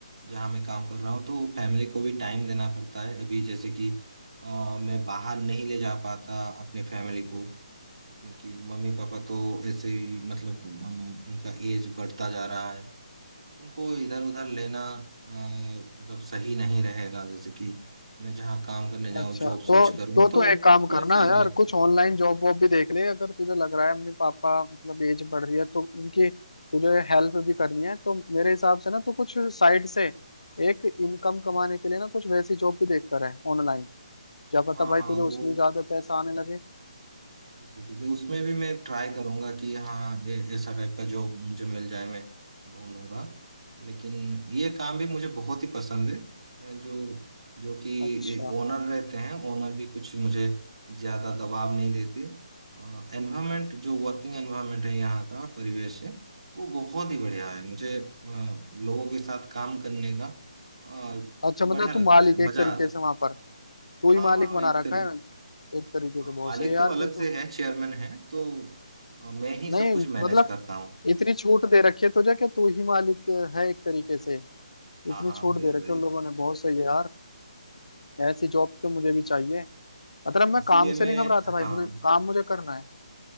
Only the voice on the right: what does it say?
जहाँ मैं काम कर रहा हूँ तो फैमिली को भी टाइम देना पड़ता है अभी जैसे कि अ, मैं बाहर नहीं ले जा पाता अपने फैमिली को क्योंकि मम्मी पापा तो ऐसे ही मतलब अ, उनका एज बढ़ता जा रहा है उनको इधर उधर लेना अ, मतलब सही नहीं रहेगा जैसे कि मैं जहाँ काम करने जाऊँ
जॉब
स्विच करूँ
तो
ये सही नहीं
लगता
हाँ
हाँ
वो
ठीक है ठीक है उसमें भी मैं ट्राई करूंगा कि हाँ ये ऐसा टाइप का जॉब मुझे मिल जाए मैं ढूंढूंगा लेकिन ये काम भी मुझे बहुत ही पसंद है जो जो कि
ओनर रहते हैं ओनर भी कुछ मुझे ज्यादा दबाव नहीं देते एनवायरनमेंट जो वर्किंग एनवायरनमेंट है यहाँ का परिवेश है वो बहुत ही बढ़िया है मुझे अ, लोगों के साथ काम करने का अ,
बढ़िया लगता
है
मजा
आ जाता है
हाँ
हाँ
एक
तरीके
हाँ,
मालिक
तो अलग
से है चेयरमैन है तो अ, मैं ही
सब कुछ मैनेज
करता हूँ
हाँ
हाँ
वही
वही
इसीलिए
मैं
हाँ